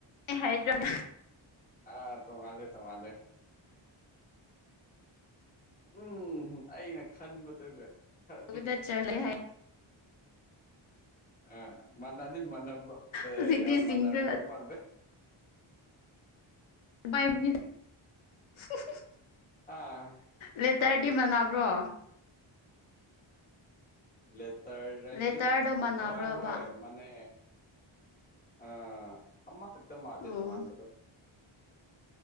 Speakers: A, on the left; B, on the left.
A: ꯑꯩ ꯍꯥꯏꯗ꯭ꯔꯕꯗ
B: ꯑꯥ ꯇꯉꯥꯜꯂꯦ ꯇꯣꯉꯥꯜꯂꯦ ꯎꯝ ꯑꯩꯅ ꯈꯟꯕꯗꯨꯒ ꯈꯔꯗꯤ
A: ꯕꯗ
B: ꯎꯝ,
A: ꯆꯂꯦ ꯍꯥꯏ
B: ꯑ ꯃꯥꯟꯅꯗꯤ ꯃꯥꯟꯅꯕ ꯑꯦ
A: ꯍꯧꯖꯤꯛꯇꯤ
B: ꯌꯥꯝ ꯃꯥꯟꯅꯔꯝꯗꯧ
A: ꯁꯤꯡꯗꯨ
B: ꯃꯥ
A: <unintelligible>
B: ꯑꯥ
A: ꯂꯦꯇꯔꯗꯤ ꯃꯥꯟꯅꯕ꯭ꯔꯣ
B: ꯂꯦꯇꯔ ꯔꯥꯏꯗꯤ
A: ꯂꯦꯇꯔꯗꯣ ꯃꯥꯟꯅꯕ꯭ꯔꯕ
B: ꯍꯣꯏ ꯍꯣꯏ ꯃꯤꯟꯅꯩ ꯑ ꯃꯃ ꯈꯛꯇ ꯃꯥꯜꯂꯦ
A: ꯑꯣ
B: ꯇꯣꯉꯥꯟꯕꯗꯣ